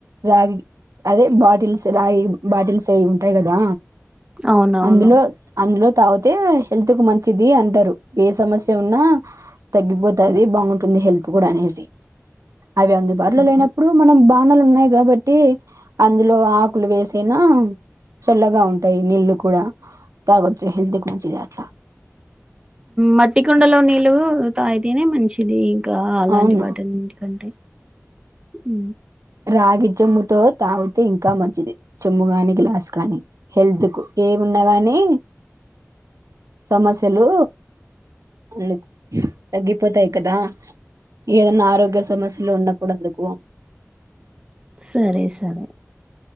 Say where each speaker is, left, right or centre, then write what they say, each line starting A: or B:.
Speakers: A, on the right; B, on the right.
A: రాగి అదే బాటిల్స్ రాగి బాటిల్స్ అవి ఉంటాయి కదా
B: అవునవును
A: అందులో అందులో తాగుతే హెల్త్ కు మంచిది అంటరు ఏ సమస్య ఉన్నా తగ్గిపోతది బాగుంటుంది హెల్త్ కూడా అనేసి అవి అందుబాటులో
B: హ్మ్.
A: లేనప్పుడు మనం బా లు ఉన్నాయి కాబట్టి అందులో ఆకులు వేసేనా చల్లగా ఉ అయి నీళ్ళలు కూడా తాగొచ్చు హెల్త్కి మంచిది అట్లా
B: మట్టి కుండలో నీళ్ళు తాగితనే మంచిది ఇంకా అలాంటి
A: అవును
B: వాటికంటే ఉ
A: రాగి చెంబుతో తాగితే ఇంకా మంచిది చెంబు గాని గ్లాస్ గాని హెల్త్ కు ఏమున్నాగాని సమస్యలు అ తగ్గిపోతాయి కదా ఏదైన్నా ఆరోగ్య సమస్యలు ఉన్నప్పుడందుకు
B: సరే సరే